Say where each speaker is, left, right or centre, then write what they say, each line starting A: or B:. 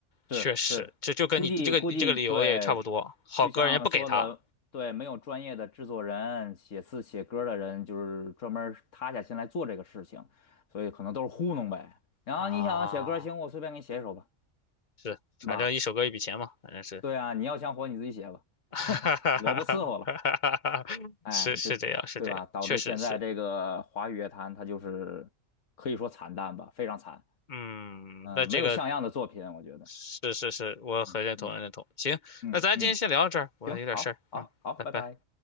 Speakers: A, on the left; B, on the left.
A: 是是，
B: 确实这就跟你你这个你这个理由也差不多，
A: 估计估计对，
B: 好歌人家不给他。
A: 就像说的，对，没有专业的制作人、写字写歌的人，就是专门儿塌下心来做这个事情，所以可能都是糊弄呗。然后你想写歌，
B: 啊，
A: 行，我随便给你写一首吧，
B: 是，反正一首歌一笔钱嘛，
A: 对吧？
B: 反正是，
A: 对啊，你要想火你自己写吧，
B: <laughs> 哈哈哈哈哈，
A: <laughs> 我不伺候了，哎，
B: 是是这样，
A: 就对吧？
B: 是这样，
A: 导致现在这个华语乐坛它就是可以说惨淡吧，
B: 确实是，
A: 非常惨，
B: 嗯，
A: 嗯，
B: 那这个
A: 没有像样的作品，我觉得，
B: 是是是，我很认同，
A: 嗯嗯
B: 很认同。行，
A: 嗯嗯，
B: 那咱今天先聊到这儿，我有点事儿，
A: 行，好，好，
B: 嗯，
A: 好，
B: 拜拜。
A: 拜拜。